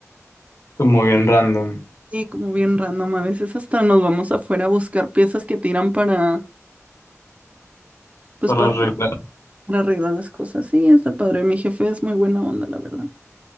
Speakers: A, on the left; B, on the right.
A: como bien random.
B: y como bien random. A veces hasta nos vamos afuera a buscar piezas que tiran para, pues
A: Para
B: para,
A: arreglar.
B: para arreglar las cosas. Sí, está padre. Mi jefe es muy buena onda, la verdad.